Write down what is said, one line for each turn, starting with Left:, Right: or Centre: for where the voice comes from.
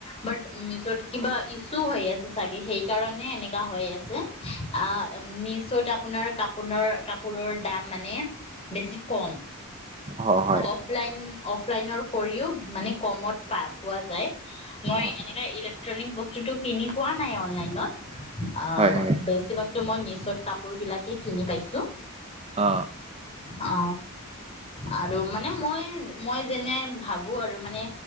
Left: বাট নিজত কিবা চু হৈ আছে চাগে সেই কাৰণে এনেকা হৈ আছে। আ মিচত আপোনাৰ কাপ আপোনাৰ কাপোৰৰ দাম মানে বেছি কম।
Right: অ হয়
Left: অফলাইন অফ অফলাইনৰ কৰিও মানে কমত পা পোৱা যায়। মই
Right: অ
Left: এনেকা ইলেক্ট্ৰনিক বস্তু বস্তুটো কিনি পোৱা নাই অনলাইনত। অ
Right: হয় হয়
Left: বেছিভাগতো মই মিছ পিছত কাপোৰ বিলাকে কিনি পাইছে।
Right: অহ
Left: অ আৰু মানে মই মই যেনে ভাবোঁ আৰু মানে